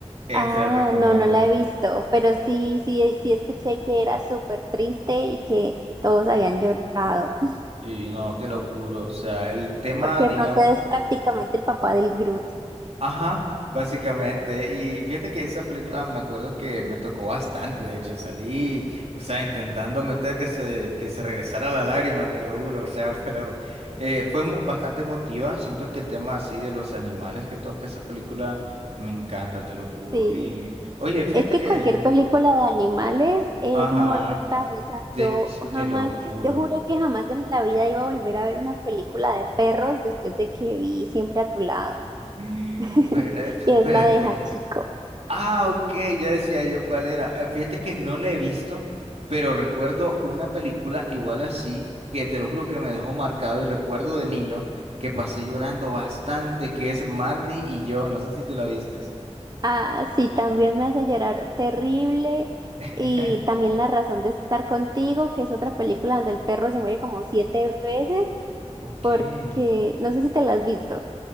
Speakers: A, on the right; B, on the right.
A: eh,
B: Ah,
A: te la recomiendo.
B: no, no la he visto, pero sí, sí, sí escuché que era súper triste y que todos habían llorado, <laughs>
A: Sí, no, te lo juro. O sea, el tema,
B: porque
A: digamos.
B: Rocket es prácticamente el papá del Groot.
A: Ajá, básicamente. Y fíjate que esa película me acuerdo que me tocó bastante, de hecho, salí, o sea, intentando meter que se, que se regresara la lágrima, te lo juro, o sea, <laughs> pero eh, fue mo- bastante emotiva. Siento que el tema así de los animales que toca esa película me encanta, te lo juro.
B: Sí,
A: Y, oye, fíjate
B: es que
A: que,
B: cualquier película de animales es
A: ajá,
B: mortal, o sea,
A: de,
B: yo
A: te
B: jamás,
A: lo juro.
B: yo juré que jamás en la vida iba a volver a ver una película de perros después de que vi Siempre a tu lado,
A: <gasps> Espera-
B: <laughs>
A: Espérate.
B: que es la de Hachiko.
A: Ah, ok, ya decía yo cuál era. Eh, Fíjate que no la he visto, pero recuerdo una película igual así, que te lo juro que me dejó marcado y recuerdo de niño que pasé llorando bastante, que es Marley y yo. No sé si tú la vistes.
B: Ah, sí, también me hace llorar terrible.
A: <laughs>
B: Y también La razón de estar contigo, que es otra película donde el perro se muere como siete veces,
A: Ok.
B: porque no sé si te la has visto.